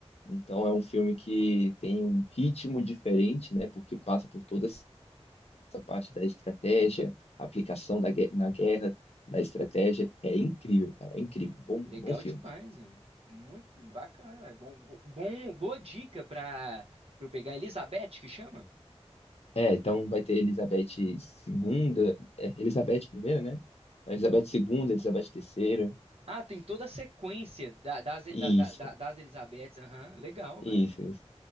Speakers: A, on the left; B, on the right.
A: Então é um filme que tem um ritmo diferente, né? Porque passa por toda essa parte da estratégia, aplicação da, gue- na guerra, da estratégia. É incrível, cara, é incrível. Bom,
B: Legal
A: bom filme.
B: demais, velho. Muito bacana, é bom, bo- bom, boa dica para eu pegar Elizabeth que chama.
A: É, então vai ter Elizabeth segunda, é, Elizabeth primeira, né? Elizabeth segunda, Elizabeth terceira
B: Ah, tem toda a sequência da- das,
A: Isso,
B: da- da- da- das Elizabeths. Aham, legal,
A: isso,
B: velho.
A: isso.